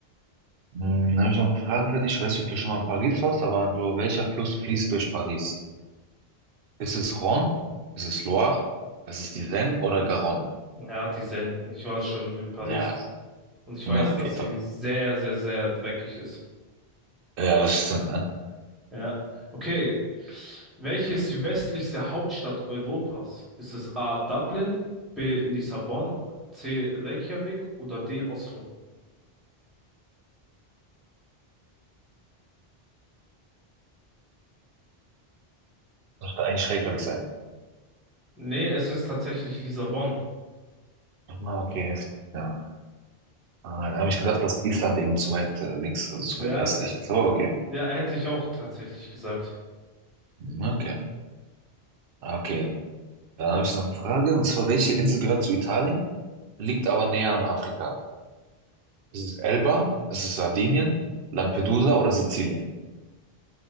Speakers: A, on the right (about 65°); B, in the centre.
A: Hm, habe ich noch eine Frage für dich. Ich weiß nicht, ob du schon mal in Paris warst, aber so, welcher Fluss fließt durch Paris? Ist es Rhône? Ist es Loire? Ist es die Seine oder Garonne?
B: Ja, die Seine. Ich war schon in Paris
A: Ja.
B: und ich
A: Na,
B: weiß,
A: okay,
B: dass sie
A: top.
B: sehr, sehr, sehr dreckig ist.
A: Ja, das stimmt, ne?
B: Ja. Okay. Welche ist die westlichste Hauptstadt Europas? Ist es A. Dublin, B. Lissabon, C. Reykjavik oder D. Oslo?
A: Das müsste eigentlich Reykjavik sein.
B: Nee, es ist tatsächlich Lissabon.
A: Ah, okay, heftig. Ja. Ah, da habe ich gedacht, dass Island eben zu weit äh, links, also zu
B: Ja,
A: weit westlich
B: äh,
A: ist. Oh, okay.
B: ja, hätte ich auch tatsächlich gesagt.
A: Hm, Okay. Ah, Okay. Dann habe ich noch eine Frage, und zwar, welche Insel gehört zu Italien, liegt aber näher an Afrika? Ist es Elba? Ist es Sardinien? Lampedusa oder Sizilien?